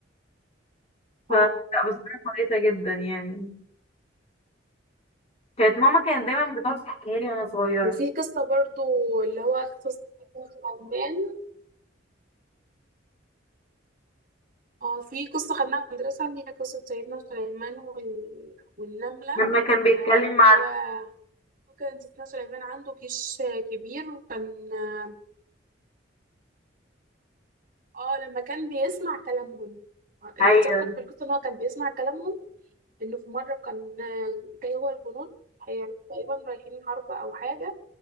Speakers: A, on the left; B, on the right.
A: ف
B: آه.
A: لا بصراحة كويسة جدا يعني كانت ماما كانت دايما بتقعد تحكيها لي وانا صغيرة
B: وفي قصة برضو اللي هو قصة سيدنا سليمان اه في قصة خدناها في المدرسة اللي هي قصة سيدنا سليمان وال... والنملة
A: لما كان بيتكلم
B: آه اللي
A: مع
B: هو هو كان سيدنا سليمان عنده جيش آه، كبير وكان اه آه، لما كان بيسمع كلامهم آه، اللي
A: المحايل
B: اتذكر في القصة ان هو كان بيسمع كلامهم انه في مرة كان آه، جاي هو الجنود هي- تقريبا رايحين حرب او حاجة